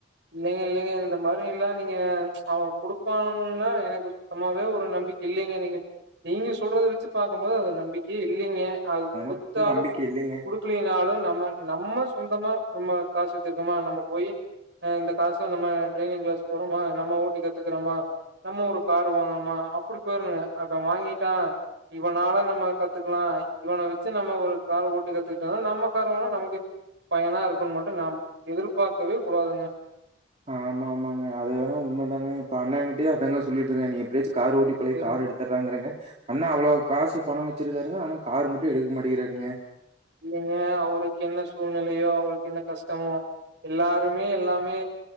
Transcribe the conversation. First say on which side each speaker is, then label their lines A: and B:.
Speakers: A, on the right; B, on the right.
A: இல்லைங்க இல்லைங்க இந்த மாரி எல்லா நீங்க அவுங் குடுப்பான்லா எனக்கு சுத்தமாவே ஒரு நம்பிக்க இல்லைங்க நீங்க நீங்க சொல்றத வச்சு பாக்கும் போது அது நம்பிக்கே இல்லிங்க அது
B: எனக்கு
A: குடுத்தாலு
B: நம்பிக்கை
A: குடு
B: இல்லைங்க
A: குடுக்ளினாலு நம்ம நம்ம சொந்தமா நம்ம காசு வச்சிருக்கோமா நம்ம போயி ஆ இந்த காசுல நம்ம ட்ரைவிங் கிளாஸ் போறோமா நம்ம ஓட்டி கத்துக்கறமா நம்ம ஒரு காரு வாங்கனமா அப்டி போயிருங்க அப்ப வாங்கிட்டா இவனால நம்ம கத்துக்லா இவன வச்சு நம்ம ஒரு கார் ஓட்டி கத்துக்கிட்டாதா நம்ம கார் வாங்குனா நமக்கு பயனா இருக்குன்னு மட்டு நம் எதிர்பார்க்கவே கூடாதுங்க
B: ஆமா ஆமாங்க அது வேணா உண்மைதாங்க இப்ப ஆமா ஆமாங்க அதுவேனா உண்மதாங்க இப்ப அண்ணங்கிட்டயே அதாங்க சொல்லிட்டு இருக்க நீ எப்டியாச்சு கார் ஓட்டி பழகி
A: சேரிங்
B: கார் எடுத் எடுத்தறாங்கறாங்க அண்ணா அவ்ளோ காசு பணோ வச்சிருக்காருங்க ஆனா கார் மட்டு எடுக்க மாட்டிகிறாருங்க
A: இல்லங்க அவருக்கு என்ன சூழ்நிலையோ அவருக்கு என்ன கஷ்டமோ எல்லாருமே எல்லாமே